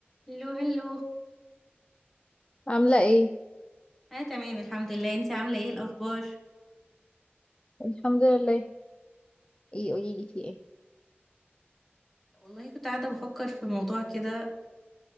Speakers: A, in the centre; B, on the left.
A: هلو هلو
B: عاملة ايه؟
A: اه تمام الحمد لله انتي عاملة ايه الأخبار
B: الحمد لله ايه قوليلي في ايه؟
A: والله كنت قاعدة بفكر في موضوع كده